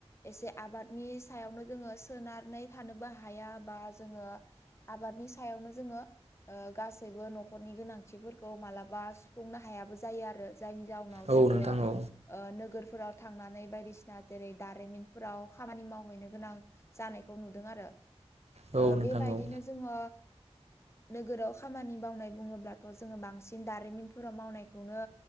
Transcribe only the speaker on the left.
एसे आबादनि सायावनो जोङो सोनानै थानोबो हाया बा जोङो आबादनि सायावनो जोङो ओ गासैबो न'खरनि गोनांथिफोरखौ मालाबा बुंनो हायाबो जायो आरो जायनि जाउनाव
जोङो
ओ नोगोरफोराव थांनानै बायदिसिना जेरै दारिमिनफोराव खामानि मावहैनो गोनां जानायखौ नुदों आरो
ओ
बेबायदिनो
जोङो नोगोराव खामानि मावनाय बुङोब्लाथ' जोङो बांसिन दारिमिन फोराव मावनायखौनो